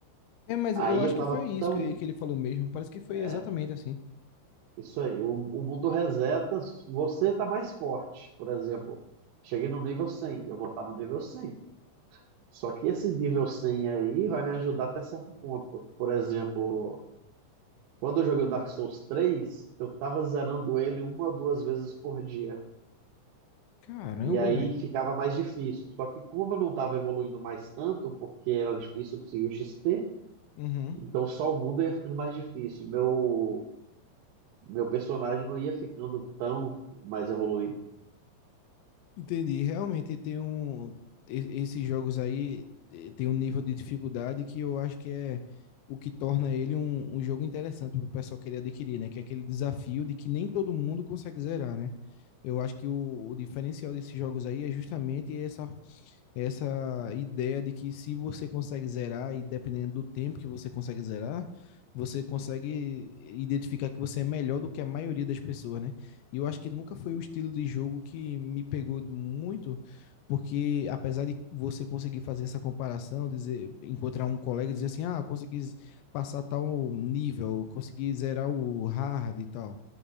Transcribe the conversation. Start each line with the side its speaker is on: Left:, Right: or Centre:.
Left: É, mas
Right: Aí
Left: eu acho
Right: eu tava
Left: que foi isso
Right: tão.
Left: que, que ele falou mesmo. Parece que foi
Right: é,
Left: exatamente assim.
Right: isso aí, o, o mundo reseta, você tá mais forte. Por exemplo, cheguei no nível 100, eu vou estar no nível 100. Só que esse nível 100 aí vai me ajudar até certo ponto. Por exemplo, quando eu joguei o Dark Souls três, eu tava zerando ele uma ou duas vezes por dia.
Left: Caramba,
Right: E aí
Left: velho.
Right: ficava mais difícil. Só que como eu não estava evoluindo mais tanto, porque era difícil conseguir o XP,
Left: Uhum.
Right: então só o mundo ia ficando mais difícil. Meu, meu personagem não ia ficando tão mais evoluído.
Left: Entendi. Realmente tem um. e- Esses jogos aí eh, tem um nível de dificuldade que eu acho que é o que torna ele um, um jogo interessante pro pessoal querer adquirir, né? Que é aquele desafio de que nem todo mundo consegue zerar, né? Eu acho que o, o diferencial desses jogos aí é justamente essa essa ideia de que se você consegue zerar, e dependendo do tempo que você consegue zerar, você consegue identificar que você é melhor do que a maioria das pessoas, né? E eu acho que nunca foi o estilo de jogo que me pegou muito, porque apesar de você conseguir fazer essa comparação, dizer, encontrar um colega e dizer assim, ah, consegui z- passar tal nível, consegui zerar o hard e tal.